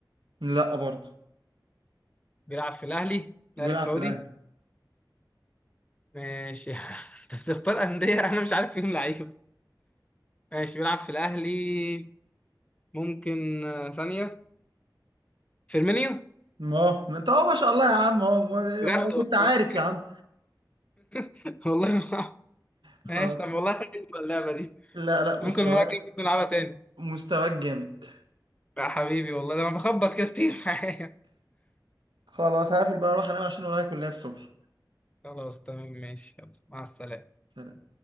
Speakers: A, on the right; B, on the left.
A: لا برضه
B: بيلعب في الأهلي
A: بيلعب
B: الأهلي السعودي
A: في الاهلي
B: ماشي <laughs> أنت بتختار أندية أنا مش عارف فيهم لعيبة ماشي بيلعب في الأهلي ممكن آه، ثانية فيرمينيو
A: ما ما انت اهو ما شاء الله يا عم اهو ما
B: بجد
A: ما انا
B: والله
A: كنت عارف يا عم
B: <laughs> والله ما
A: خلاص
B: ماشي طب والله حلوة اللعبة دي
A: لا لا
B: ممكن
A: مستواك
B: مرة كده نلعبها تاني
A: مستواك جامد
B: يا حبيبي والله ده أنا بخبط كده كتير <laughs>
A: خلاص هقفل بقى اروح انام عشان ورايا كلية الصبح
B: خلاص تمام ماشي يلا مع السلامة
A: سلام